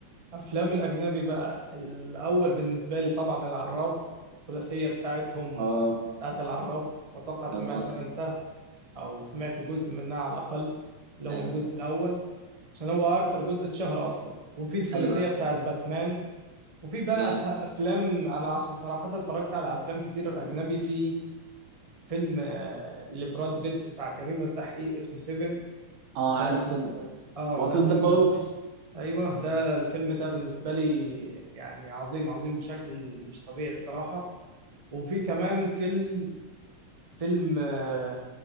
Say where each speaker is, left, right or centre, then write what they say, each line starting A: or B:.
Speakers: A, on the right (about 40°); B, on the right (about 60°).
A: افلام الاجنبي بقى الاول بالنسبة لي طبعا العراب الثلاثية بتاعتهم
B: آه
A: بتاعت العراب واتوقع
B: جاد
A: سمعت
B: فازر
A: انا انت او سمعت جزء منها على الاقل اللي هو
B: أيوه
A: الجزء الاول عشان هو اكتر جزء اتشهر اصلا وفي الثلاثيه
B: أيوه أيوه
A: بتاعت باتمان وفي بقى
B: جامد
A: أف- افلام انا عشان صراحه اتفرجت على افلام كتير اجنبي في فيلم آه، لبراد بيت بتاع جريمه تحقيق اسمه سيفن
B: آه
A: ده
B: عارف سيفن
A: اه
B: وات
A: ده
B: إن
A: فيلم
B: ذا بوكس
A: ايوه ده الفيلم ده بالنسبه لي يعني عظيم عظيم بشكل مش طبيعي الصراحه وفي كمان فيلم فيلم آه،